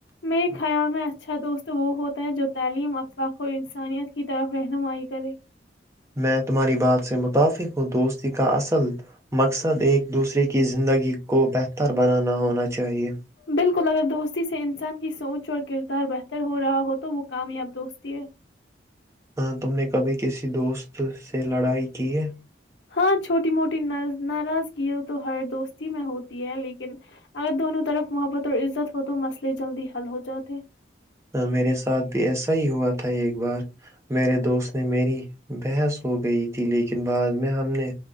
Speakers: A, on the left (about 80°); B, on the right (about 15°).
A: میرے خیال میں اچھا دوست وہ ہوتا ہے جو تعلیم اخلاق اور انسانیت کی طرف رہنمائی کرے
B: میں تمہاری بات سے متفق ہوں دوستی کا اصل مقصد ایک دوسرے کی زندگی کو بہتر بنانا ہونا چاہیئے
A: بالکل اگر دوستی سے انسان کی سوچ اور کردار بہتر ہو رہا ہو تو وہ کامیاب دوستی ہے
B: ہاں تم نے کبھی کسی دوست سے لڑائی کی ہے
A: ہاں چھوٹی موٹی ناراضگی تو ہر دوستی میں ہوتی ہے لیکن اگر دونوں طرف محبت اور عزت ہو تو مسئلے جلدی حل ہو جاتے
B: ہ میرے ساتھ بھی ایسا ہی ہوا تھا ایک بار میرے دوست نے میری بحث ہو گئی تھی لیکن بعد میں ہم نے